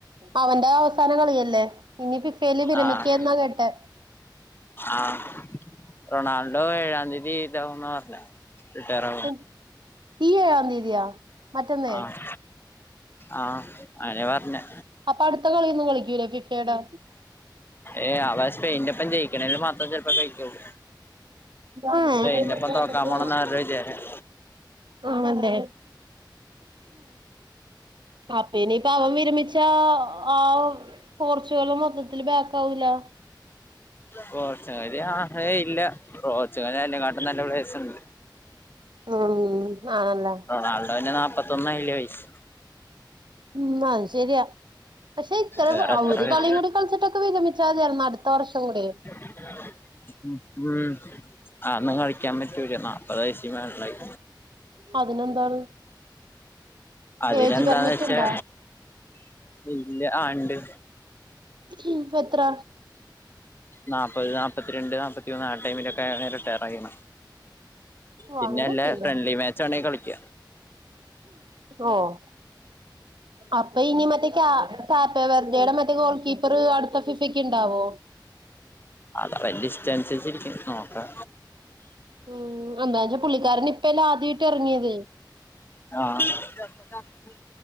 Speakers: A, on the right (about 75°); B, on the left (about 25°).
A: അവന്റെ അവസാനം കളിയല്ലേ? ഇനി ഫിഫയില് വിരമിക്ക്യാ
B: ആഹ്
A: എന്നാ കേട്ടേ.
B: ആഹ് റൊണാൾഡോ ഏഴാം തീയതി ഇതാവും ന്നാ പറഞ്ഞേ. റിട്ടേയറാ
A: <unintelligible> ഈ ഏഴാം തീയതിയോ? മറ്റന്നെ?
B: ആഹ് ആഹ് അങ്നയാ പർഞ്ഞേ.
A: അപ്പൊ അടുത്ത കളിയൊന്നും കളിക്കൂലേ ഫിഫയുടെ?
B: ഏയേ അതാ സ്പെയിന്റെ ഒപ്പം ജയിക്ണേല് മാത്രം ചെലപ്പോ കളിക്കുള്ളൂ.
A: ഏഹ്
B: സ്പെയിൻൻ്റൊപ്പം തോക്കാൻ പോണംന്നാ അവര്ടെ വിചാരം.
A: ആണല്ലേ അപ്പ ഇനിപ്പം അവൻ വിരമിച്ചാ ആഹ് പോർച്ചുഗല് മൊത്തത്തില് ബാക്കാവൂല്ലൊ.
B: പോർച്ചുഗല്ല് ആഹ്. ഏയ് ഇല്ല പോർച്ചുഗൽന് അയിനേ കാട്ടും നല്ല പ്ലേയേഴ്സ്ണ്ട്.
A: <unintelligible> നാളല്ലേ
B: നാളടെ കഴിഞ്ഞ നാപ്പത്തൊന്നായിലെ വെയ്സ്.
A: ഉം അത് ശെരിയാ. പക്ഷെ ഇത്ര
B: വേറെ
A: അത്
B: എത്ര
A: ഒരു കളിയും കൂടി കളിച്ചിട്ടൊക്കെ വിരമിച്ചാതിയായിരുന്നു അടുത്ത വർഷം കൂടിയെ.
B: <unintelligible> ഉം ഉം അഒന്നു കളിക്കാൻ പറ്റൂല്ല നാപ്പത് വയസ്സി മേള്ലായ്.
A: അതിനെന്താണ്
B: അതിനെന്താന്നെച്ചാ
A: ഏജ് പെർമിറ്റ് ഇണ്ടാ
B: ഇല്ല ആഹ് ഇണ്ട്
A: ഉം ഇപ്പെത്ര?
B: നാപ്പത് നാപത്തിരണ്ട് നാപത്തിയൂന്ന് ആ ടൈമിലൊക്കെ റിട്ടേഡയിണ്.
A: ഓ
B: പിന്നെ
A: അങ്ങനെയൊക്കെയില്ല
B: അല്ലെ ഫ്രണ്ട്ലി മാച്ച് വാണെങ്കി കളിക്ക.
A: ഓഹ് അപ്പ ഇനി മറ്റെ കാ കാപ്പെവെർദെയുടെ മറ്റേ ഗോൾ കീപ്പർ അടുത്ത ഫിഫക്ക് ഇണ്ടാവോ?
B: അതിലവലിസ്റ്റനുസരിച്ചിരിക്കും നോക്കാ.
A: ഉം അന്തായാലും പുള്ളിക്കാരന് ഇപ്പല്ലെ ആദ്യായിട്ട് എറ്ങ്ങിയത്.
B: ആഹ് ഇരുവത്തെട്ടാപ്പത്തൊന്ന്